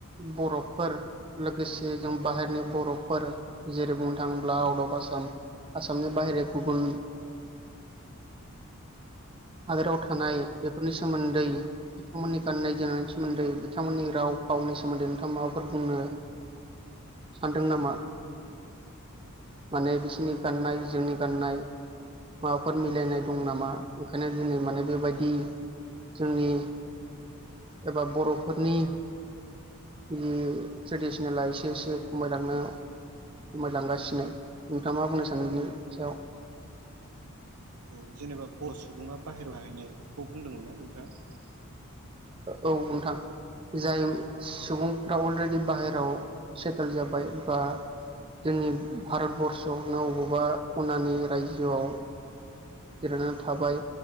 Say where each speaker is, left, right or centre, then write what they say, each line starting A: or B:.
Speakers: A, on the right (about 25°); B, on the right (about 80°).
A: बर'फोर लोगोसे जों बाहेरनि बर'फोर जेरै बुंनो थाङोब्ला आउट अफ आसामक्षआसामनि बाहेर गुबुन हादोराव थानाय बेफोरनि सोमोन्दै बिथांमोननि गाननाय-जोमनायनि सोमोन्दै, बिथांमोननि राव फावनि सोमोन्दै नोंथाङा माबाफोर बुंनो सानदों नामा माने बिसोरनि गाननाय जोंनि गाननाय माबाफोर मिलायनाय दं नामा? ओंखायनो दिनै माने बेबायदि जोंनि एबा बर'फोरनि जि ट्रेडिसनेला एसे एसे खमायलांनो खमायलांगासिनो नोंथाङा मा बुंनो सानो बिनि सायाव
B: औ जेनेबा बर' सुबुङा बाहेरायाव थाहैनायखौ बुंदोंमोन ना नोंथाङा
A: औ नोंथां जाय सुबुंफ्रा अलरेडि बाहेरायाव सेटेल जाबाय बा जोंनि भारतबर्सआवनो अबावबा खनानि रायजोआव जिरायनानै थाबाय